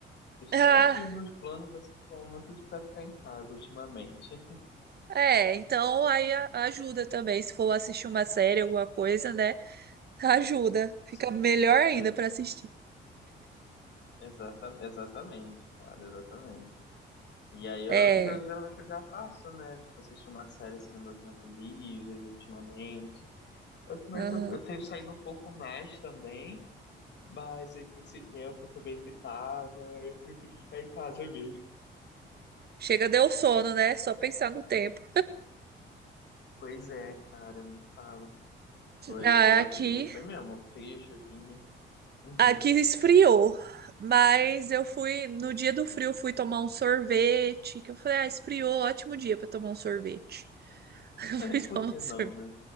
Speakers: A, on the right; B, on the left.
A: Ah,
B: Sorte que os meus planos, assim, foram muito de pra ficar em casa ultimamente. <laughs>
A: é, então aí a- ajuda também. Se for assistir uma série, alguma coisa, né? Ajuda.
B: Sim,
A: Fica melhor
B: pois
A: ainda
B: é.
A: pra assistir.
B: Exata, exatamente, cara, exatamente. E aí é
A: É,
B: o que eu já- geralmente eu já faço, né? Tipo, assistir uma série assim no meu tempo livre, ultimamente. Eu também
A: aham.
B: tô, eu tenho saído um pouco mais também. Mas aí com esse tempo também que tava, eu preferi ficar em casa mesmo.
A: Chega, deu sono, né? Só pensar no tempo.
B: Pois é, cara, nem fala. Foi,
A: Ah,
B: foi ontem,
A: aqui,
B: e foi mesmo, tirei o chuvinho. Uhum.
A: aqui esfriou. Mas eu fui, no dia
B: Eita.
A: do frio, eu fui tomar um sorvete. Que eu falei, ah, esfriou, ótimo dia pra tomar um sorvete. <laughs>
B: <laughs>
A: Eu fui tomar
B: Por que
A: um sorvete.
B: não, né?